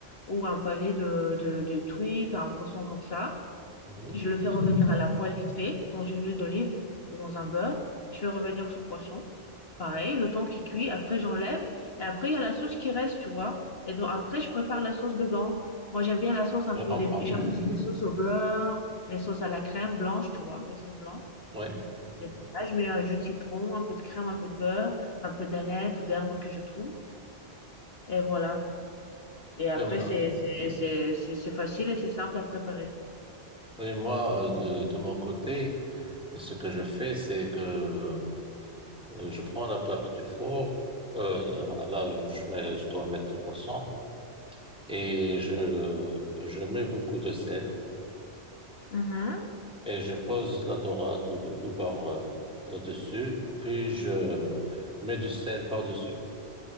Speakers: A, on the left (about 55°); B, in the centre.
A: ou un pavé de, de, de truite, un poisson comme ça.
B: Mhm.
A: Je le fais revenir à la poêle vite fait, dans une huile d'olive ou dans un beurre. Je fais revenir ce poisson. Pareil, le temps qu'il cuit. Après, j'enlève. Et après, il y a la sauce qui reste, tu vois. Et donc, après, je prépare la sauce dedans. Moi, j'aime bien la sauce un
B: Je
A: peu.
B: comprends.
A: Des... J'aime aussi les sauces au beurre, les sauces à la crème blanche, tu vois, les sauces blanches.
B: Oui.
A: Je fais ça, je mets un jus de citron, un peu de crème, un peu de beurre, un peu d'aneth ou d'herbe que je trouve. Et voilà. Et après,
B: Et, moi,
A: c'est c'est- c'est- c'est- c'est facile et c'est simple à préparer.
B: oui, moi, euh, de, de mon côté. Ce que je fais, c'est que Euh, je prends la plaque du four, euh, voilà, là où je vais, je dois mettre le poisson, et je, je mets beaucoup de sel,
A: Mhm.
B: et je pose la dorade ou le loubar euh, euh, dessus, et puis je mets du sel par-dessus,